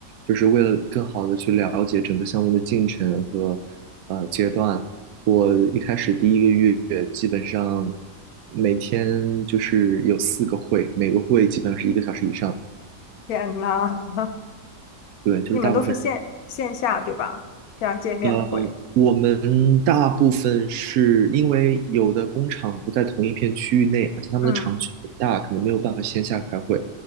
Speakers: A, on the right; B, on the left.
A: 就是为了更好的去了解整个项目的进程和呃阶段。我一开始第一个月基本上每天就是有四个会，每个会基本上是一个小时以上。
B: 天呐，<laughs>
A: 对，就是大部分。
B: 你们都是线线下对吧？这样见面的会，
A: 呃，我们大部分是因为有的工厂不在同一片区域内，而且他们的厂区很大，
B: 嗯，
A: 可能没有办法线下开会，